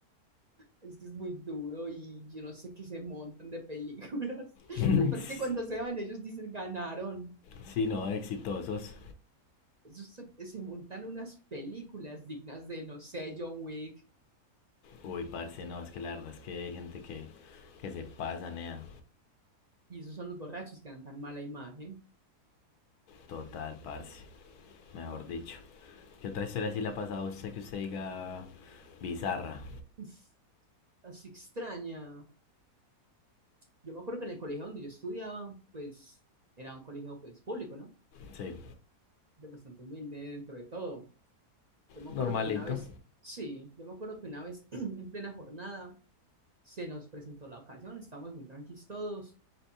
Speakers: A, on the right (about 40°); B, on the left (about 75°).
A: Es que es muy duro y yo no sé qué se montan de películas. <laughs>
B: <laughs>
A: Lo peor es que cuando se van ellos dicen ganaron.
B: Sí, no, exitosos.
A: Esos se, se montan unas películas dignas de, no sé, John Wick.
B: Uy, parce, no, es que la verdad es que hay gente que, que se pasa, nea.
A: Y esos son los borrachos que dan tan mala imagen.
B: Total, parce. Mejor dicho. ¿Qué otra historia sí le ha pasado a usted que usted diga bizarra?
A: Uf, así extraña. Yo me acuerdo que en el colegio donde yo estudiaba, pues era un colegio pues público, ¿no?
B: Sí.
A: De bastante humilde dentro de todo. Yo me acuerdo
B: Normalito.
A: que una vez, sí, yo me acuerdo que una vez <clears throat> en plena jornada se nos presentó la ocasión, estábamos muy tranquilos todos